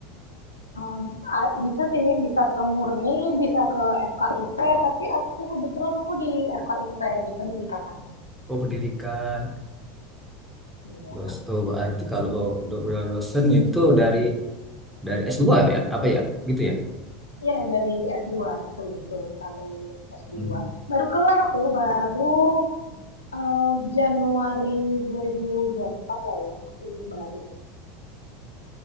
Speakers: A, on the left; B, in the centre.
A: em, a- bisa sih, bisa ke Murni, bisa ke FKIP, tapi aku kebetulan aku di FKIP, di pendidikan.
B: Oh, pendidikan.
A: Iya,
B: Dos, oh, berarti kalau
A: iya
B: do- dosen itu dari dari s dua apa ya? Apa ya? Gitu ya?
A: Iya, dari s dua betul-betul sekali s dua
B: Hmm.
A: Baru kelar aku, baru eh, Januari dua ribu dua puluh empat lah ya, masih baru.